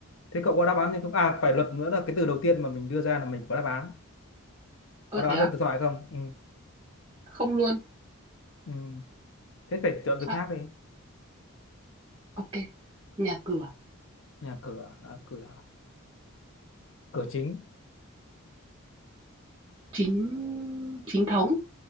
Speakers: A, on the left (about 60°); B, on the right (about 25°).
A: thế cậu có đáp án thì không à phải luật nữa là cái từ đầu tiên mà mình đưa ra là mình có đáp án
B: Ơ,
A: có đáp
B: thế
A: án
B: á?
A: cho từ thoại không ừ.
B: Không luôn.
A: Ừ. thế phải chọn từ
B: Thoại
A: khác đi
B: ok Nhà cửa,
A: nhà cửa à, À, cửa à? cửa chính
B: chính chính thống,